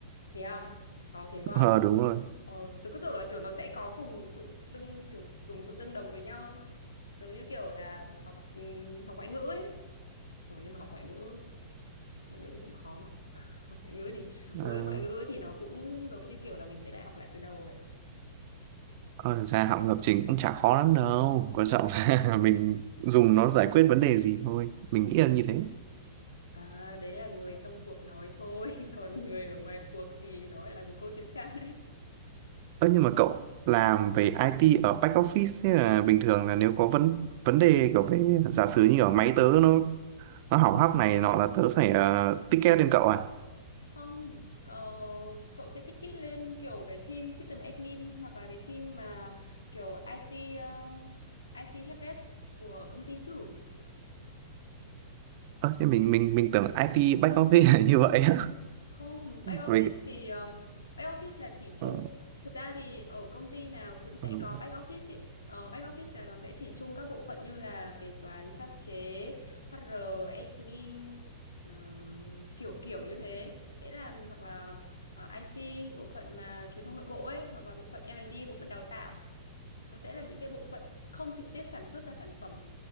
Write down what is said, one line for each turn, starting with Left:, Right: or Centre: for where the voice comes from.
Left: thế à? Khó thế
Right: <laughs>
Left: quá.
Right: ờ
Left: à?
Right: đúng rồi
Left: Ờ, tôi cứ tưởng là kiểu nó sẽ có cùng sự tương kiểu cùng sự tương đồng với nhau giống như kiểu là học ừm, học ngoại ngữ ấy rồi nhưng mà học ngoại ngữ ngoại ngữ thì cũng khó mà <laughs> học ngoại ngữ thì
Right: ờ,
Left: mỗi ngoại ngữ thì nó cũng giống như kiểu là mình sẽ lại học lại từ đầu vậy
Right: còn thực ra học lập trình cũng chả khó lắm đâu quan trọng là <laughs> mình dùng nó giải quyết vấn đề gì thôi mình nghĩ là như thế
Left: à, đấy là người trong cuộc nói thôi <laughs> còn người ở ngoài cuộc thì nó lại là một câu chuyện khác đấy
Right: Ơ nhưng mà cậu làm
Left: ừ.
Right: về IT ở back office thế là bình thường là nếu có vấn vấn đề kiểu về giả sử như ở máy tớ nó nó hỏng hóc này nọ là tớ phải ờ, ticket lên cậu à?
Left: không cậu, cậu sẽ tích kết lên kiểu cái team system admin hoặc là cái team mà kiểu IT ờ, IT helpdesk của công ty chứ
Right: Ơ thế mình mình mình tưởng IT back office là như vậy á.
Left: Không, back
Right: <laughs>
Left: office
Right: Mình
Left: thì um, back office là chỉ chung.
Right: ừ,
Left: Thật ra thì ở công ty nào cũng sẽ
Right: ừ,
Left: có back office ấy. Ờ, back office là nó sẽ chỉ chung các bộ phận như là kế toán, pháp chế, HR, admin ờ, kiểu kiểu như thế. Sẽ làm hoặc là ờ, IC bộ phận mà truyền thông nội bộ ấy hoặc là bộ phận L&D, bộ phận đào tạo. Nó sẽ là những cái bộ phận không trực tiếp sản xuất ra sản phẩm